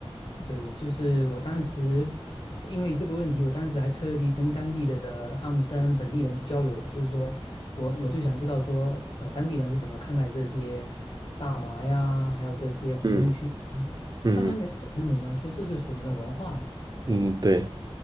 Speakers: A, on the left (about 60°); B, on the right (about 40°).
A: 对，就是我当时因为这个问题，我当时还特地跟当地的阿姆斯特丹本地人去交流了，就是说我我就想知道说，呃，当地人是怎么看待这些大麻呀，还有这些红灯区啊？
B: 嗯，嗯
A: 他们人家就很简单说，这就是我们的文化嘛。
B: 嗯，对，